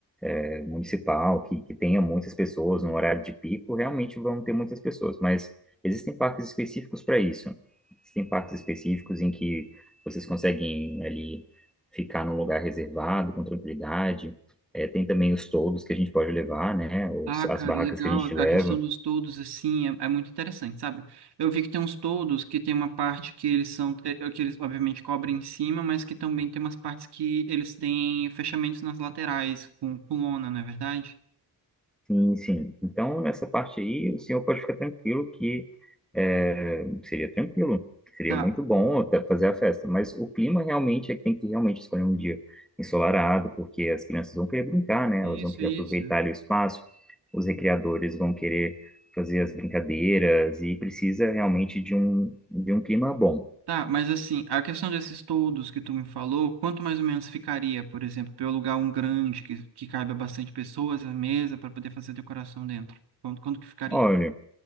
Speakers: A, in the centre; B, on the right (about 75°).
A: é, municipal, que, que tenha muitas pessoas no horário de pico, realmente vão ter muitas pessoas, mas existem parques específicos para isso. Existem parques específicos em que vocês conseguem ali ficar num lugar reservado com tranquilidade. É, tem também os toldos que a gente pode levar, né? Os,
B: ah,
A: as
B: cara,
A: barracas
B: legal.
A: que a gente
B: A
A: leva.
B: questão dos toldos, assim, é, é muito interessante, sabe? Eu vi que tem uns toldos que tem uma parte que eles são, eh, que eles obviamente cobrem em cima, mas que também tem umas partes que eles têm fechamentos nas laterais, com, com lona, não é verdade?
A: Sim, sim. Então, nessa parte aí, o senhor pode ficar tranquilo que é, seria tranquilo, seria
B: Tá.
A: muito bom até fazer a festa, mas o clima realmente é que tem que realmente escolher um dia ensolarado, porque as crianças vão querer brincar, né?
B: Isso,
A: Elas vão querer
B: isso.
A: aproveitar o espaço, os recreadores vão querer fazer as brincadeiras e precisa realmente de um, de um clima bom.
B: Tá, mas assim, a questão desses todos que tu me falou, quanto mais ou menos ficaria, por exemplo, para eu alugar um grande que, que caiba bastante pessoas, a mesa, para poder fazer decoração dentro? Quanto, quanto que ficaria?
A: Olha,